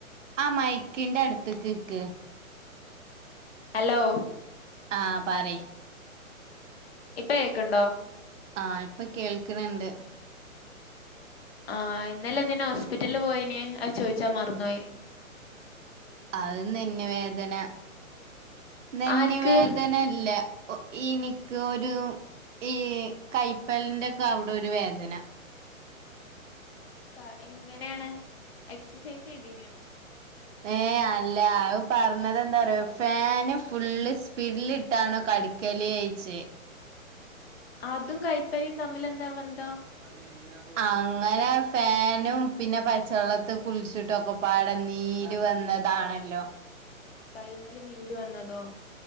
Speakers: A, on the right; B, on the left.
A: ആ മയ്ക്കിന്റെ അടുത്ത്ക്ക് ക്ക്.
B: ഹെലോ.
A: ആഹ് പറി.
B: ഇപ്പ കേക്ണ്ടോ?
A: ആഹ് ഇപ്പ കേൾക്ണ് ണ്ട്.
B: ആഹ് ഇന്നലെ എന്തിനാ ഹോസ്പിറ്റൽല് പോയിന്യേ. അത് ചോയിച്ചാൻ മർന്നോയി.
A: അഹ് നെന്നു വേദന. നെന്ന്
B: ആർക്ക്
A: വേദനല്ല ഇന്ക്ക് ഒരു ഈ കയ്പ്പൽന്റെ ഒക്കെ അവ്ടെ ഒരു വേദന.
B: ക എങ്ങനേണ്? എക്സസൈസ് ചെയ്തി
A: ഏഹ് അ അല്ല അത് പറഞ്ഞത് എന്താറോ ഫാന് ഫുള്ള് സ്പീഡില് ഇട്ടാണോ കട്ക്കല് എയ്ച്ച്
B: അതും കൈപ്പരിയും തമ്മിലെന്താ ബെന്തം
A: പണി കഴിഞ്ഞ അങ്ങനെ ഫാനും പിന്നെ പച്ചവെള്ളത്തി കുളിച്ചിട്ടു ഒക്കെപാടെ നീര് വന്ന് താണല്ലോ
B: കൈമേല് നീര് വന്നതോ